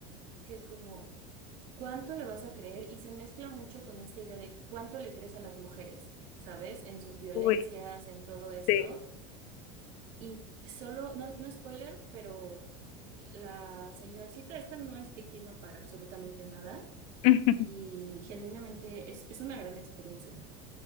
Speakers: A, on the right (about 60°); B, on the left (about 55°).
A: que es como, ¿cuánto le vas a creer? Y se mezcla mucho con esta idea de cuánto le crees a las mujeres, ¿sabes? En sus violencias,
B: Uy,
A: en todo esto.
B: sí.
A: Y solo, no, no spoiler, pero la señorcita esta no es víctima para absolutamente nada
B: <laughs>
A: y genuinamente es, es una gran experiencia.